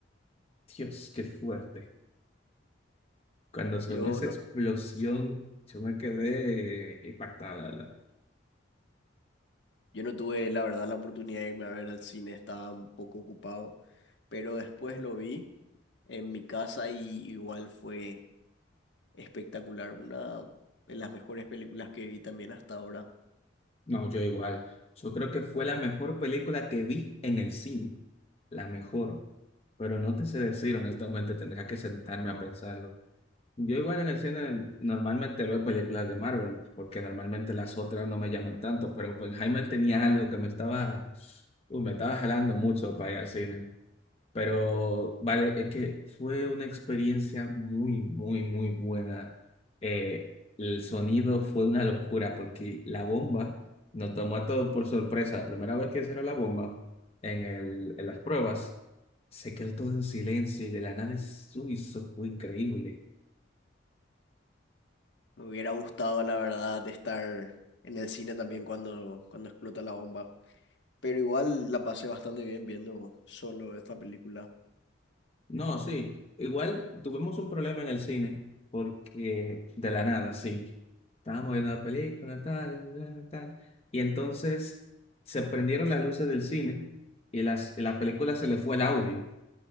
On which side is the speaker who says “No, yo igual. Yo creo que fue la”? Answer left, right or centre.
Left